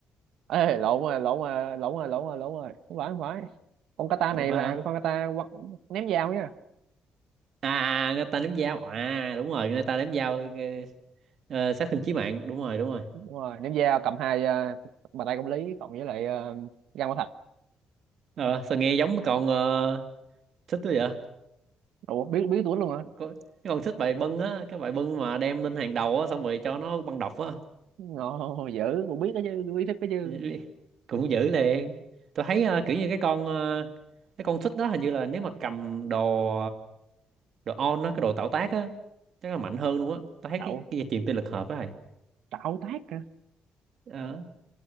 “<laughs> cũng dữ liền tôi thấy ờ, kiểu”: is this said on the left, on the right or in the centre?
Right